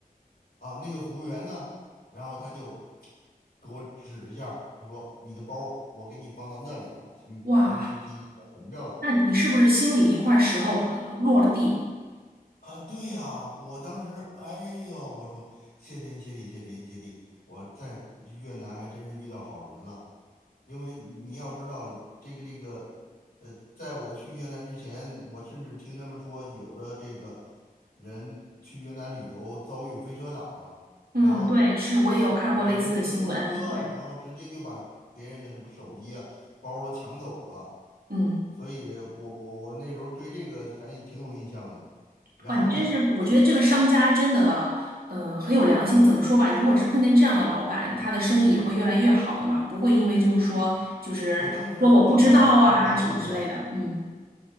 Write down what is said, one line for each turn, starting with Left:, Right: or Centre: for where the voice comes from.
Left: 啊，那个服务员呢，然后他就给我指一下儿他说你的包儿我给你放到那里了，先临时替你保存着了。
Right: 哇，那你是不是心里一块石头呃落了地？
Left: 啊，对呀，我当时，哎呦，我说谢天谢地，谢天谢地，我在越南还真是遇到好人了。因为你要知道，这个这个，呃，在我去越南之前，我甚至听他们说，有的这个人去越南旅游遭遇飞车党，然后
Right: 嗯，对，是我也有看过类似的新闻。
Left: 骑有人骑着摩托车，
Right: 对，
Left: 然后直接就把别人的什么手机啊、包儿都抢走了。
Right: 嗯，
Left: 所以我我我那时候对这个还挺有印象的。然后呢，
Right: 哇，你真是，我觉得这个商家真的，
Left: 这
Right: 嗯，很有良心。怎么说吧，如果是碰见这样的老板，他的生意也会越来越好的嘛，不会因为就是说，就是说我不知道啊什么之类的。
Left: 我当时就想拿出来这个
Right: 嗯。